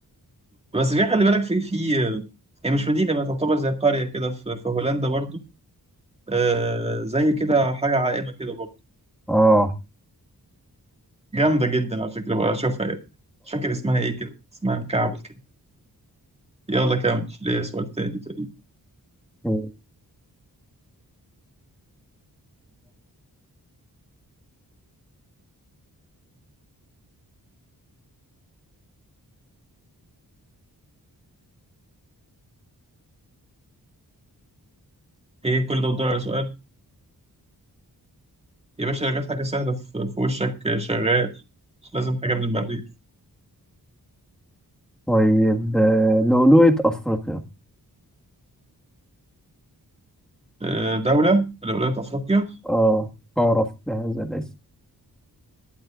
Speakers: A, on the right; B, in the centre.
A: بس في خلي بالك في في هي مش مدينة بقى تعتبر زي قرية كده في, في هولندا برضو آه زي كده حاجة عائمة كده برضه
B: اه
A: جامدة جدا على فكرة بقى أشوفها يعني مش فاكر اسمها إيه كده اسمها مكعبل كده يلا كمل ليه سؤال تاني تقريبا
B: طيب
A: إيه كل ده بتدور على سؤال يا باشا لو جت حاجة سهلة في في وشك آه، شغال مش لازم حاجة من المريخ
B: طيب آه، لؤلؤة افريقيا
A: آه دولة من ولايات أفريقيا
B: اه تعرف بهذا الاسم